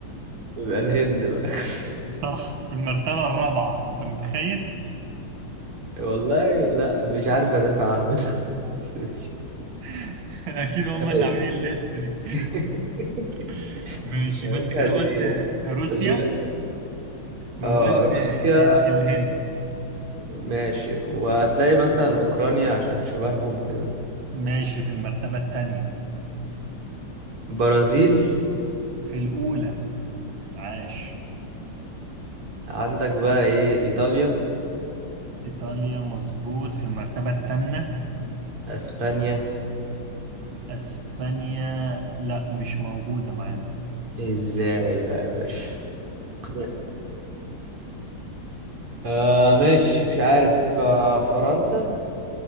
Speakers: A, on the right (about 85°); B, on the right (about 65°).
A: <laughs> يبقى الهند بقى <laughs>
B: صح في المرتبة الرابعة أنت متخيل؟
A: والله لا مش عارف ادافع عنه <laughs> ده بس ماشي.
B: <laughs> أكيد هم اللي
A: طيب.
B: عاملين الليست دي
A: <laughs>
B: <laughs> ماشي
A: يا
B: يبقى
A: باشا
B: أنت كده قلت
A: دي
B: روسيا
A: أذواق
B: وقلت
A: اه روسيا
B: الهند
A: ماشي وهتلاقي مثلا اوكرانيا عشان شبههم كده
B: ماشي في المرتبة الثانية
A: برازيل
B: في الأولى عاش
A: عندك بقى ايه ايطاليا
B: إيطاليا مظبوط في المرتبة الثامنة
A: اسبانيا
B: اسبانيا لا مش موجودة معانا
A: ازاي بقى يا باشا قناع. آه ماشي مش عارف آه فرنسا